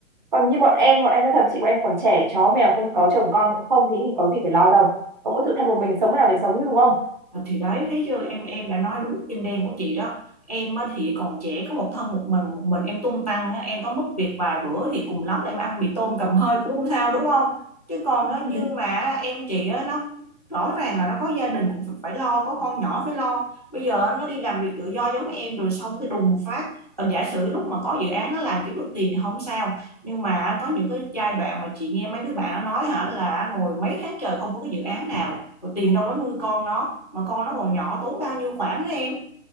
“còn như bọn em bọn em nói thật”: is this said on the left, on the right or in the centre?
Right